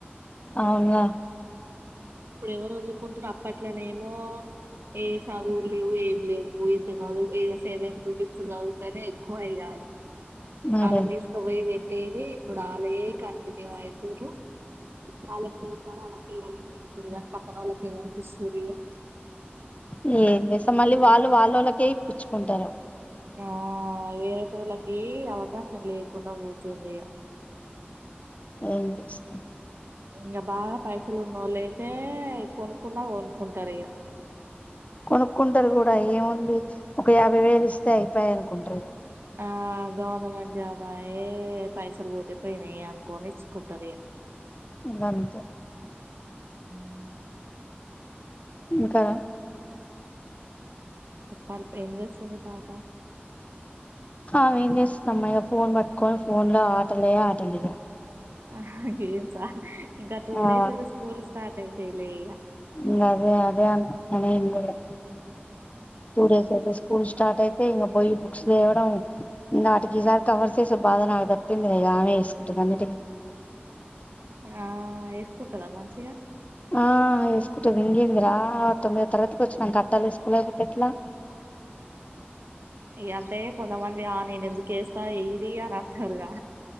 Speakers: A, on the left; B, on the right.
A: అవునా
B: ఇప్పుడు ఎవరు వదులుకుంటుారు అప్పట్లనే ఏమో ఏ చదువు లేవు ఏం లేవు ఇంత చదువు ఇ సెవెంతత్ ఫిఫ్త్ చదువుతేనే ఎక్కువ అయి కాారు
A: మరి
B: అలా తీీసుకు పోయి పట్టేది ఇప్పుడు ఆలయే కంటిన్యూ అవుతారు ఆల ప్లే పిల్లలుేడుతురు కాని పక్కన వాళ్ళకి ఎవరికి ఇస్తు్ర ఇయా
A: లేం ససో మళ్ళీ వాళ్ళు వాళ్ళ వాళ్ళకే ఇప్పచ్చుకుంటారు
B: ఆ వేరేటోళ్ళకి అవకాశం లేకుండా పోతుంది ఇ
A: ఏం చేస్తాం
B: ఇంకా బాగా పైసలు ఉన్నవాళ్ళు అయితే కొనుక్కున్నా కొనుక్కుంటారు ఇక
A: కొనుక్కుంటారు కూడా ఏముంది ఒక యాభై వేలు ఇస్తే అయిపోయ అనుకుంటారు
B: ఆ గవర్నమెంట్ జాబు ఆయ్యే పైసలు పోతేపోయినాయి అనుకోని ఇచ్చుకుట్టారు
A: ఇంకా అంతే
B: ఉమ్
A: ఇంకా
B: చెప్పాలి ఏం చేస్తుంది పాప
A: అమె ఏం చేస్తున్నామ్మా ఇగా ఫోన్ పట్టుకొని ఫోన్ లో ఆటలే ఆటలిగా
B: ఆ గేమ్సా ఇంకా టూ
A: ఆ
B: డేస్ అయితే స్కూల్ స్టార్ట్ అయితేలే ఇక
A: ఇగా అదే అదే అనుకుంటున్నా నేను కూడా టూ డేస్ అయితే స్కూల్ స్టార్ట్ అయి పోయి ఇంకా లేవడం వాటికి ఈసారి కవర్ చేస బాధ నాకు తప్పింది ఆమె వేసుకుంతుంది అన్ని
B: ఆ వేసుకుంటాద మంచిగా
A: ఆ వేసుకుంటుది ఇంకేంద్ర ఆ తొమ్మిదవ తరగతికి వచ్చినాక కట్టాలు వేసుకోలేకపోతే ఎట్లా <inaudible>
B: ఇ అంటే కొంతమంది ఆ నేను ఎందుకు వేస్తా వేయ్యరి అని అంటారుగా